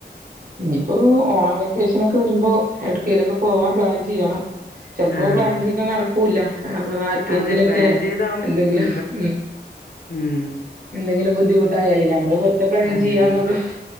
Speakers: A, on the right (about 55°); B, on the left (about 60°).
A: ഇനിപ്പോ ഓണം വെക്കേഷന ഒക്കെ വരുമ്പോ എടുക്കയിലൊക്കെ പോവാൻ പ്ലാൻ ചെയ്യണം ചിലപ്പോ
B: ആഹ്
A: പ്ലാൻ ചെയ്താ നടക്കൂല്ല ആർക്കെങ്കിലുക്കെ
B: അതെ പ്ലാൻ ചെയ്താ ഉം
A: എന്തെങ്കിലും ഉം
B: ഉം
A: എന്തെങ്കിലും ബുദ്ധിമുട്ടായാലേ ഞമ്മള് വെറതെ പ്ലാൻ
B: അതാണ്
A: ചെയ്യാന്നുള്ളൂ